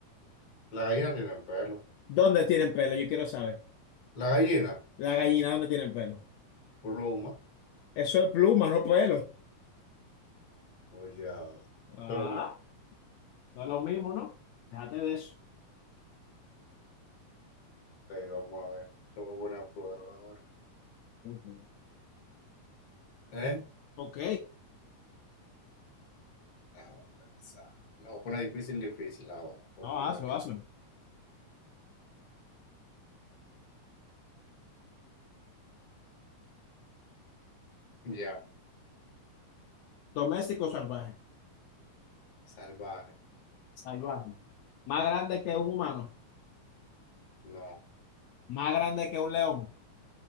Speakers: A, on the left (about 55°); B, on the left (about 80°).
A: La gallina tiene pelo.
B: ¿Dónde tienen pelo? Yo quiero saber.
A: La gallina,
B: La gallina, ¿dónde tienen pelo?
A: pluma.
B: Eso es pluma, no pelo.
A: Oye, ahora.
B: Ah,
A: Pero, ok,
B: no es lo mismo, ¿no? Déjate de eso.
A: vamos a ver. Lo voy a poner a prueba ahora.
B: Ok,
A: ¿Eh?
B: Ok.
A: Ah, esa. La voy a poner difícil, difícil ahora, por
B: No,
A: el juguete.
B: hazlo, hazlo.
A: Ya,
B: Doméstico salvaje.
A: salvaje.
B: Salvaje. Más grande que un humano.
A: No,
B: Más grande que un león.